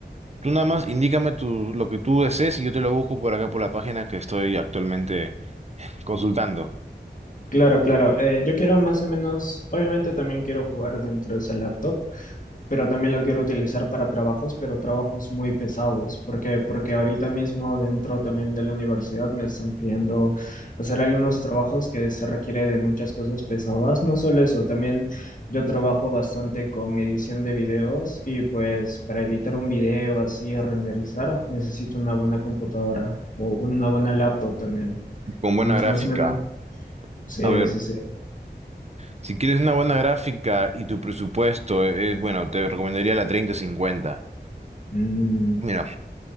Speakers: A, on the right; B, on the left.
A: Tú nada más indícame tu, lo que tú desees y yo te lo busco por acá por la página que estoy actualmente consultando.
B: Claro, claro. eh, yo quiero más o menos, obviamente también quiero jugar dentro de ese laptop, pero
A: Ya.
B: también lo quiero utilizar para trabajos, pero trabajos muy pesados, porque porque ahorita mismo dentro también de la universidad me están pidiendo hacer algunos trabajos que se requiere de muchas cosas pesadas, no solo eso, también yo trabajo bastante con edición de videos y pues para editar un video así renderizar necesito una buena computadora o una buena laptop también.
A: Con buena
B: Entonces,
A: gráfica.
B: más o menos, sí,
A: A ver,
B: sí, sí.
A: si quieres una buena gráfica y tu presupuesto es, bueno, te recomendaría la treinta cincuenta.
B: Mm,
A: Mira,